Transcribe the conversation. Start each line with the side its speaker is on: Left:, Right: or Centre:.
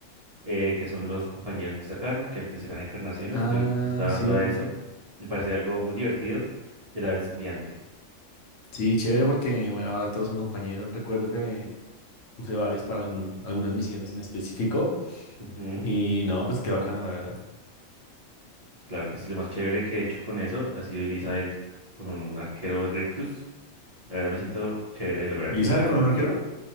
Right: eh, que son los compañeros que sacaron, que antes eran encarnaciones,
Left: Ah,
Right: que está
Left: sí.
Right: dando a eso. Me parece algo muy divertido y a la vez desafiante.
Left: Sí, chévere porque, bueno, ahora todos son compañeros. Recuerdo que usé varios para algún, algunas misiones en específico.
Right: Ujú.
Left: Y no, pues qué bacano, la verdad.
Right: Claro que sí, lo más chévere que he hecho con eso ha sido Elizabeth con un arquero rictus. La verdad me siento chévere de lograr,
Left: ¿Lizar
Right: lograr
Left: con
Right: algo
Left: un
Right: así.
Left: arquero?